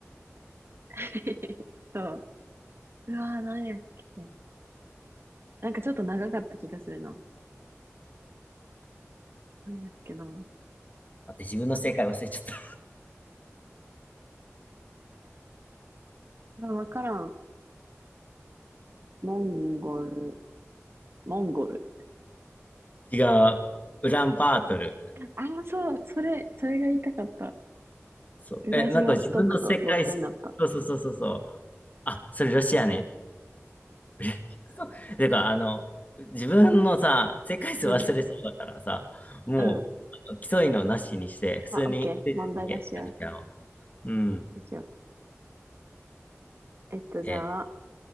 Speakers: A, on the right (about 50°); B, on the left (about 30°).
A: <laughs> そう。うわー、なんやっけ。なんかちょっと長かった気がするな。何やっけな。
B: 待って、自分の正解忘れちゃった。
A: まあ、わからん。モンゴル、モンゴル。
B: <laughs> 違う。ウランバートル。
A: ああ、そう、それ、それが言いたかった。
B: そう。
A: ウラジオストクとごっちゃになった。
B: え、なんか自分の世界、そうそうそうそうそう。あ、それロシアね。<laughs> そう。てか、あの、自分のさ、世界数忘れそうだからさ、
A: うん、
B: もう、
A: うん。
B: あの競いのなしにして、普通にクイズだけやろ
A: あ、オッケー。問題出しよう。
B: う。うん。
A: どうしよう。えっと、じゃあ、
B: え、